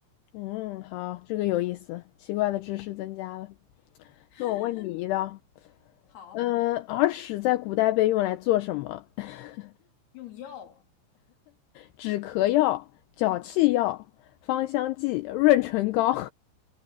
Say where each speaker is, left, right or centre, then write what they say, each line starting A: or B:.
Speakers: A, on the left; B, on the left.
A: 嗯，好，这个有意思，奇怪的知识增加了。
B: <laughs>
A: 那我问你一道，
B: 好，
A: 嗯，耳屎在古代被用来做什么？<laughs>
B: 用药啊
A: 止咳药、脚气药、芳香剂、润唇膏？